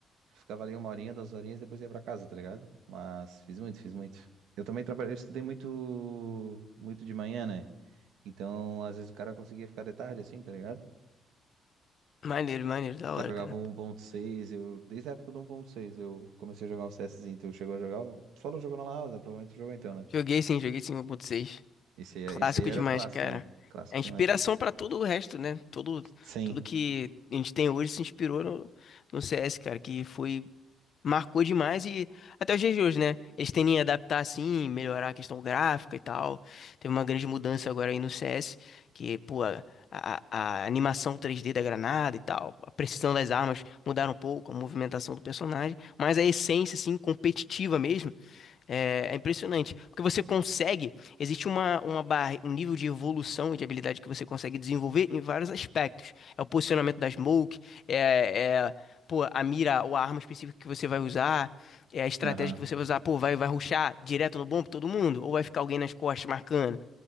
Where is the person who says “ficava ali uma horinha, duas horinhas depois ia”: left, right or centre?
Right